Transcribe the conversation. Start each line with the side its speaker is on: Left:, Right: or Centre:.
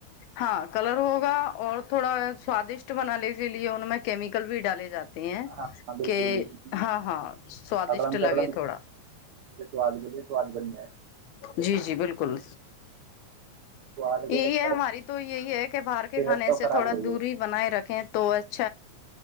Left: ہاں کلر ہوگا اور تھوڑا سوادشٹ بناال کے لیے ان میں کیمیکل بھی ڈالے جاتے ہیں
Right: ہاں بالکل
Left: کہ
Right: بالکل
Left: ہاں ہاں سوادشٹ
Right: اکڑم
Left: لگے
Right: چکڑم
Left: تھوڑا
Right: سواد بے سواد بنیا ہے
Left: جی جی بالکل
Right: سواد
Left: یہی
Right: کے چکر
Left: ہے ہماری تو یہی ہے کہ باہر کے
Right: صحت
Left: کھانے
Right: تو
Left: سے
Right: خراب
Left: تھوڑا
Right: ہو رہی
Left: دوری
Right: ہے
Left: بنائے رکھیں تو <unintelligible>